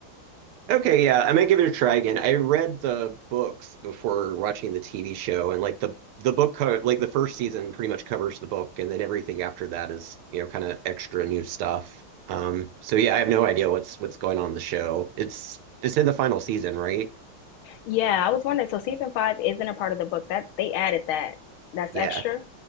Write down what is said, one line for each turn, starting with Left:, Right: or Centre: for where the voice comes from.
Right: Okay, yeah, I might give it a try again. I read the books before watching the TV show, and like the the book co like the first season pretty much covers the book, and then everything after that is you know kind of extra new stuff. Um, so yeah, I have no idea what's what's going on in the show. It's it's in the final season, right?
Left: Yeah, I was wondering. So season five isn't a part of the book. That they added that. That's
Right: Yeah.
Left: extra.